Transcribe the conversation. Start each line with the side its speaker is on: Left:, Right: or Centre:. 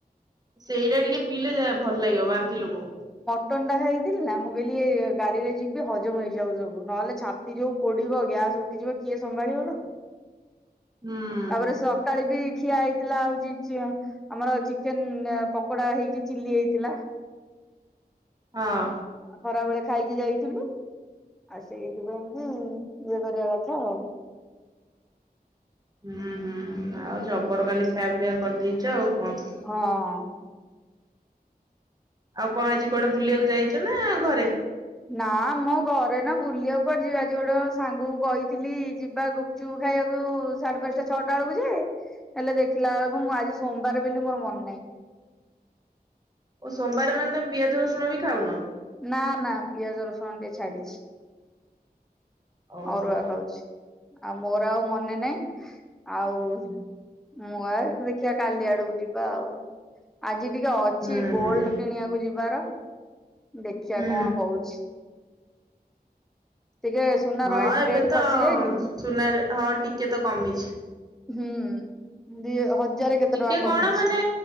Right: ସେଇଟା ଟିକେ ପିଇଲେ ଯାହା ଭଲ ଲାଗିବ ବାନ୍ତି ଲୋକଙ୍କୁ।
Centre: ଟନ ଟା ଖାଇଥିଲି ନା ମୁଁ କହିଲି ଏ ଗାଡି ରେ ଯିବି ହଜମ ହେଇଯାଉ ସବୁ ନହେଲେ ଛାତି ଯୋଉ ପୋଡିବ ଗ୍ୟାସ ଉଠିଯିବ କିଏ ସମ୍ଭାଳିବତାକୁ।
Right: ହୁଁ।
Centre: ତାପରେ ସକାଳେ ବି ଖିଆ ହେଇଥିଲା ହଉ ଆମର ଚିକେନ ପକୋଡା ହେଇକି ଚିଲି ହେଇଥିଲା।
Right: ହଁ।
Centre: ଆଉ ଖରାବେେଳେ ଖାଇକି ଯାଇଥିଲୁ। ଆଉ ସେଇଥିପାଇଁ ବି ଇଏ କରିବା କଥା ଆଉ।
Right: ହୁଁ ହୁଁ ଆଉ ଜବର କାଲି ଖାଇବା ପିଆ କରିଦେଇଛ ଆଉ କଣ?
Centre: ହଁ।
Right: ଆଉ କଣ ଆଜି କୁଆଡେ ବୁଲିବାକୁ ଯାଇଛ ନା ଘରେ?
Centre: ନା ମୋ ଘରେ ନା ବୁଲିବାକୁୁଆଡେ ଯିବାଜିୋଉୋଟେ ସାଙ୍ଗକୁ କହିଥିଲି ଯିବାକୁ। ଚୁ ଖାଇବାକୁ ସାଢେ ପାଞ୍ଚ ଟା ଛଅଟା ବେଳକୁ ଯେ ହେଲେ ଦେଖିଲା ବେଳକୁ ମୁଁ ଆଜି ସୋମବାର ବୋଲି ମୋର ମନେ ନାଇଁ।
Right: ଓ ସୋମବାର ମାନେ ତମେ ପିଆଜ ରସୁଣ ବି ଖାଉନ?
Centre: ନା ନା ପିଆଜ ରସୁଣ ଟିକେ ଛାଡିଛି,
Right: ଓହୋ।
Centre: ଅରୁଆ ଖାଉଛି। ଆଉ ମୋର ଆଉ ମନେ ନାହିଁ ଆଉ ମୁଁ ଆ ଦେଖିଆ କାଲି ଆଡକୁ ଯିବା ଆଉ। ଆଜି ଟିକେ ଅଛି
Right: ହୁଁ
Centre: ଗୋଲଡ
Right: ହୁଁ
Centre: କିଣିବାକୁ ଯିବାର ଦେଖିବା
Right: ହୁଁ
Centre: କଣ ହଉ ଟିକେ ସୁନା
Right: ହଁ
Centre: ର
Right: ଏବେ
Centre: ରେଟ୍
Right: ତ
Centre: ଖସି ଯାଇନି କି
Right: ସୁନାରେ ହଁ ଟିକେ ତ କମିଛି।
Centre: ହୁଁ ଦି ହଜାର କେତେ
Right: ଟିକେ
Centre: ଟଙ୍କା
Right: କଣ
Centre: କମିଛି।
Right: ମାନେ